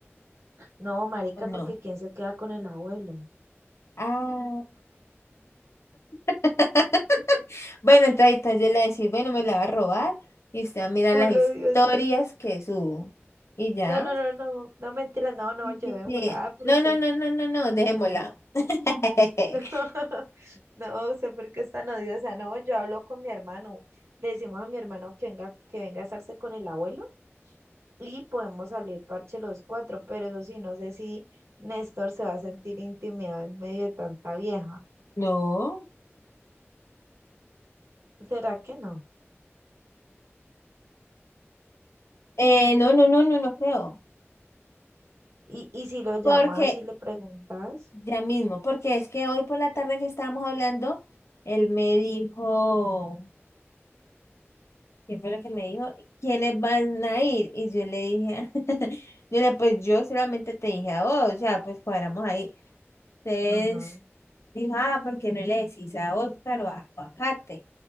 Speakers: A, on the right; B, on the left.
A: No, marica,
B: o no?
A: porque ¿quién se queda con el abuelo?
B: Ah, <laughs> bueno, entonces, entonces yo le voy a decir, bueno, me la va a robar y usted va a mirar
A: Puro
B: las historias
A: diosa.
B: que subo. Y ya.
A: No, no, no, no, no, mentira, no, no,
B: Sí,
A: llevémosla,
B: sí, sí.
A: ah, pero
B: No,
A: usted.
B: no, no, no, no, no,
A: <laughs>
B: dejémosla. <laughs>
A: No, <laughs> no, sé por qué es tan odiosa. No, yo hablo con mi hermano. Le decimos a mi hermano que venga, que venga a estarse con el abuelo y podemos salir parche los cuatro, pero eso sí, no sé si Néstor se va a sentir intimidado en medio de tanta vieja.
B: No.
A: ¿Será que no?
B: Eh, no, no, no, no, no creo.
A: Y, y si lo llamas
B: Porque
A: y le preguntas,
B: Ya mismo, porque es que hoy por la tarde que estábamos hablando, él me dijo, ¿qué fue lo que me dijo? ¿Quiénes van a ir? Y yo le dije, <laughs> yo le, pues yo solamente te dije a vos, o sea, pues cuadramos ahí. Entonces
A: ajá,
B: dijo, ah, ¿por qué no le decís a Oscar o a, o a Kate?